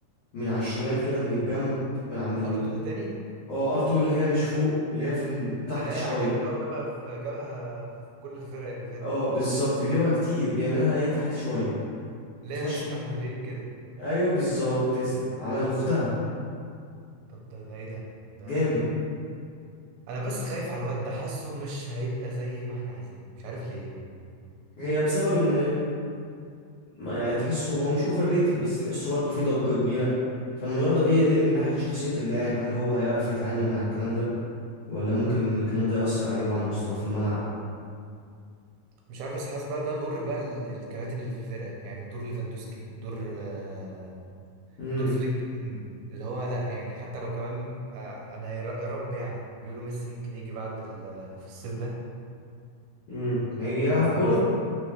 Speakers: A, on the left; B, on the right.
A: من على الشمال كده من الجنب من عند ال
B: ار 2 تاني
A: اه ارتو اللي هي مش فوق اللي هي في تحت
B: الاقي
A: شويه
B: على الجنب اللي هو جابها في جابها في كل الفرق اللي فاتت
A: اه بالظبط بيجيبها كتير بيعملها ايه تحت شويه
B: اللي
A: بتخش
B: هي نفس بتاعت مدريد كده
A: ايوه بالظبط تسلم عمل اختها
B: طب ده ده ايه ده ده
A: جامد
B: انا بس خايف على الواد ده حاسه مش هيبقى زي ما احنا عايزين مش عارف ليه
A: هي بسبب ان ما- يعني تحسه هو مش اوفر ريتد بس تحسه برضه فيه ضجة كبيرة فالموضوع ده بيقلق من ناحية شخصية اللاعب هل هو هيعرف يتعامل مع الكلام ده ولا ممكن الكلام ده يأثر عليه وعلى مستواه في الملعب
B: مش عارف بس حاسس بقى ده دور بقى ال- الكباتن اللي في الفرقه يعني دور ليفاندوسكي دور آه،
A: امم
B: دور فليك مهم. اللي هو لا يعني حتى لو كمان آه، انا يا ر- يا رب يعني بيقولوا ميسي ممكن يجي بعد ال- في الصيف ده
A: امم هيجي يلعب
B: فميسي
A: كرة